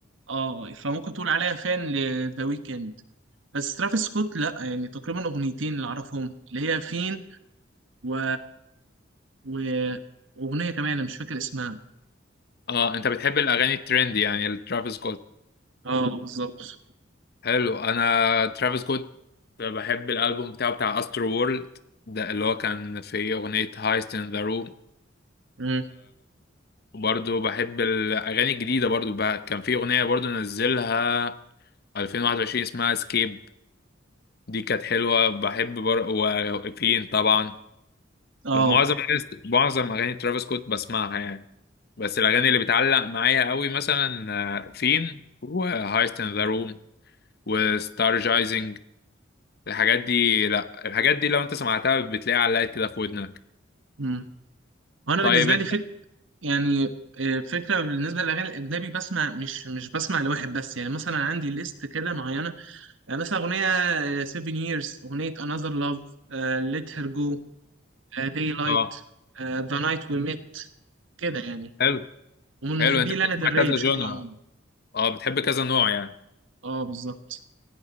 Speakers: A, on the right; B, on the left.
A: اه فممكن تقول عليا فان لذا ويكند بس ترافيس سكوت لا يعني تقريبا اغنيتين اللي اعرفهم اللي هي فين و و واغنيه كمان انا مش فاكر اسمها
B: اه انت بتحب الاغاني الترند يعني لترافيس سكوت
A: اه بالظبط
B: حلو انا ترافيس سكوت بحب الالبوم بتاعه بتاع استرو وورلد ده اللي هو كان في اغنيه هايست ان ذا روم
A: مم.
B: وبرضه بحب الاغاني الجديده برضه بقى كان في اغنيه برضه نزلها 2021 اسمها اسكيب دي كانت حلوة بحب بر... وفين طبعا
A: اه
B: معظم أغاني معظم أغاني ترافيس سكوت بسمعها يعني بس الأغاني اللي بتعلق معايا قوي مثلا آه، فين وهايست إن ذا روم وستارجايزنج الحاجات دي لا الحاجات دي لو أنت سمعتها بتلاقيها علقت كده في ودنك
A: مم. وانا
B: طيب
A: بالنسبه
B: أنت
A: لي يعني آه، فكرة بالنسبة للأغاني الأجنبي بسمع مش مش بسمع لواحد بس يعني مثلا عندي ليست كده معينة آه، مثلا أغنية آه، Seven Years أغنية Another Love آه، Let Her Go آه، Daylight
B: أه
A: آه، The Night We Met كده يعني
B: حلو
A: ومن
B: حلو
A: محبي
B: أنت بتسمع
A: لانا del Rey
B: كذا
A: بشكل
B: جونرا
A: عمومي
B: أه بتحب كذا نوع يعني
A: اه بالظبط